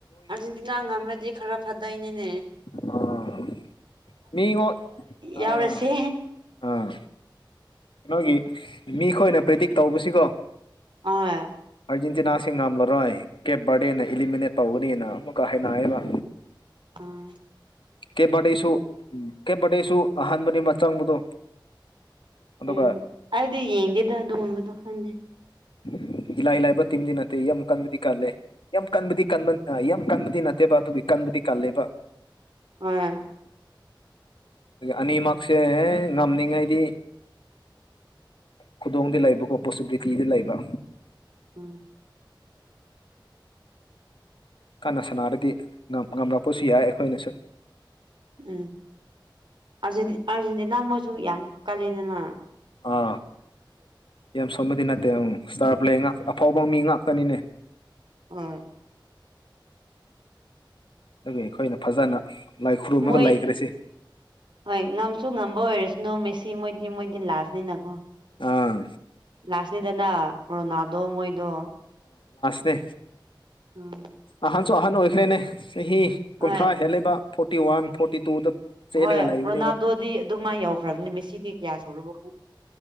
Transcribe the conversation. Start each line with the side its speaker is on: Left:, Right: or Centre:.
Right: ꯑꯔꯖꯦꯟꯇꯤꯅꯥ ꯉꯝꯗꯤ ꯈꯔ ꯐꯥꯗꯣꯏꯅꯦꯅꯦ
Left: ꯑꯥ ꯃꯤꯉꯣ ꯑ
Right: ꯌꯥꯎꯔꯁꯦ
Left: ꯑ ꯀꯩꯅꯣꯒꯤ ꯃꯤ ꯈꯣꯏꯅ ꯄ꯭ꯔꯦꯇꯤꯛ ꯇꯧꯕꯁꯤꯀꯣ
Right: ꯑ
Left: ꯑꯥꯔꯖꯦꯟꯇꯤꯅꯥꯁꯤ ꯉꯝꯂꯔꯣꯏ ꯀꯦꯞ ꯕꯥꯔꯗꯦꯅ ꯏꯂꯤꯃꯤꯅꯦꯠ ꯇꯧꯒꯅꯤꯅ ꯑꯃꯨꯛꯀ ꯍꯥꯏꯅꯑꯦꯕ
Right: ꯑꯥ
Left: ꯀꯦꯕꯥꯗꯤꯁꯨ ꯀꯦꯕꯥꯗꯤꯁꯨ ꯑꯍꯥꯟꯕꯅꯤ ꯑꯃ ꯆꯪꯕꯗꯣ ꯑꯗꯨꯒ
Right: ꯎꯝ ꯑꯩꯗꯤ ꯌꯦꯡꯗꯦꯗ ꯑꯗꯨꯒꯨꯝꯕꯗꯣ ꯈꯪꯗꯦ
Left: ꯎ ꯏꯂꯥꯏ ꯂꯥꯏꯕ ꯇꯤꯝꯗꯤ ꯅꯠꯇꯦ ꯌꯥꯝ ꯀꯟꯕꯗꯤ ꯀꯜꯂꯦ ꯌꯥꯝ ꯀꯟꯕꯗꯤ ꯀꯟꯕ ꯌꯥꯝ ꯀꯟꯕꯗꯤ ꯅꯠꯇꯦꯕ ꯑꯗꯨꯒꯤꯕ ꯄꯤ ꯀꯜꯂꯦꯕ
Right: ꯑ
Left: ꯑꯅꯤꯃꯛꯁꯦ ꯉꯝꯅꯤꯡꯉꯥꯏꯗꯤ ꯈꯨꯗꯣꯡꯗ ꯂꯩꯕꯀꯣ ꯄꯣꯁꯤꯕꯤꯂꯤꯇꯤꯗ ꯂꯩꯕ
Right: ꯎꯝ
Left: ꯀꯅ ꯁꯥꯟꯅꯔꯗꯤ ꯉꯝꯂꯛꯄꯁꯨ ꯌꯥꯏ ꯑꯩꯈꯣꯏꯅꯁꯨ
Right: ꯎꯝ ꯑꯥꯔꯖꯦꯟꯇꯤꯅꯥ ꯃꯁꯨ ꯌꯥꯝ ꯀꯥꯂꯦꯟꯗꯅ
Left: ꯑꯥ ꯌꯥꯝ ꯁꯣꯃꯗꯤ ꯅꯠꯇꯦ ꯎꯝ ꯏꯁꯇꯥꯔ ꯄ꯭ꯂꯦ ꯉꯥꯛ ꯑꯐꯥꯎꯕ ꯃꯤ ꯉꯍꯥꯛ ꯇꯅꯤꯅꯦ
Right: ꯑꯣ
Left: ꯑꯗꯨꯒ ꯑꯩꯈꯣꯏꯅ ꯐꯖꯅ ꯂꯥꯏ ꯈꯨꯔꯨꯝꯃꯒ
Right: ꯃꯣꯏꯣꯏ
Left: ꯂꯩꯈ꯭ꯔꯁꯤ
Right: ꯍꯣꯏ ꯉꯝꯁꯨ ꯉꯝꯕ ꯑꯣꯏꯔꯁ ꯅ ꯃꯦꯁꯤ ꯃꯣꯏꯗꯤ ꯃꯣꯏꯗꯤ ꯂꯥꯁꯅꯤꯀꯣ
Left: ꯑꯥ
Right: ꯂꯥꯁꯅꯤꯗꯅ ꯄꯣ ꯅꯥꯗꯣ ꯃꯣꯏꯗꯣ
Left: ꯅꯦ
Right: ꯎꯝ
Left: ꯑꯍꯟꯁꯨ ꯑꯍꯟ ꯑꯣꯏꯈ꯭ꯔꯦꯅꯦ ꯆꯍꯤ
Right: ꯍꯣꯏ
Left: ꯀꯨꯟꯊ꯭ꯔꯥ ꯍꯦꯜꯜꯂꯤꯕ ꯐ ꯐꯣꯔꯇ ꯋꯥ ꯐꯣꯔꯇꯤ ꯇꯨꯗ ꯆꯦꯜꯂꯒ
Right: ꯍꯣꯏ
Left: ꯂꯩꯕꯅꯦꯕ
Right: ꯔꯣꯅꯥꯜꯗꯣꯗꯤ ꯑꯗꯨꯃꯥꯏꯅ ꯌꯧꯈ꯭ꯔꯕꯅꯤ ꯃꯦꯁꯤꯗꯤ ꯀꯌꯥ ꯁꯨꯕ ꯈꯪꯦ